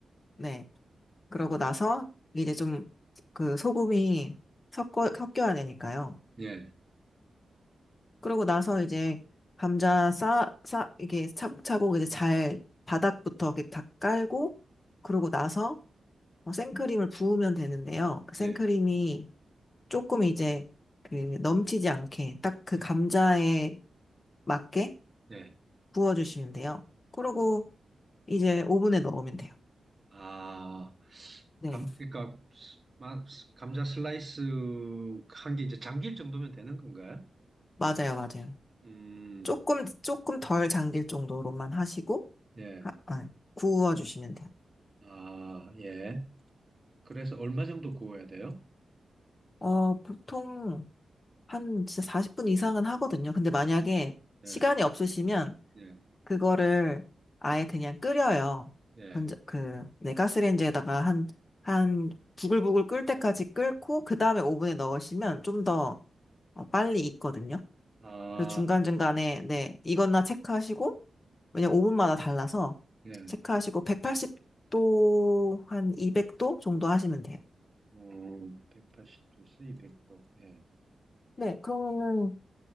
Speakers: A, on the left; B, on the right.
A: 네. 그러고 나서 이제 좀 그 소금이 섞어, 섞여야 되니까요.
B: 예.
A: 그러고 나서 이제 감자 쌓, 쌓, 이게 차곡차곡 이제 잘 바닥부터 이렇게 다 깔고 그러고 나서 어, 생크림을 부으면 되는데요. 그 생크림이
B: 예.
A: 조금 이제 그 넘치지 않게 딱 그
B: 예.
A: 감자에 맞게
B: 예.
A: 부어주시면 돼요. 그러고 이제 오븐에 넣으면 돼요.
B: 아,
A: 네,
B: 감 그러니까 마- 감자 슬라이스 한 게 이제 잠길 정도면 되는 건가요?
A: 맞아요, 맞아요.
B: 음.
A: 조금 조금 덜 잠길 정도로만 하시고
B: 예.
A: 하- 아, 구워주시면 돼요.
B: 아, 예. 그래서 얼마 정도 구워야 돼요?
A: 어, 보통 한 진짜 40분 이상은 하거든요. 근데 만약에 시간이
B: 예.
A: 없으시면
B: 예.
A: 그거를 아예 그냥 끓여요.
B: 예.
A: 건져- 그, 네, 가스레인지에다가 한, 한, 부글부글 끓을 때까지 끓고, 그 다음에 오븐에 넣으시면 좀더 어, 빨리 익거든요.
B: 아,
A: 그래서 중간중간에, 네, 이거나 체크하시고, 왜냐면 오븐마다 달라서,
B: 예.
A: 체크하시고, 180도, 한 200도 정도 하시면 돼요.
B: 음, 180도에서 200도. 예.
A: 네, 그러면은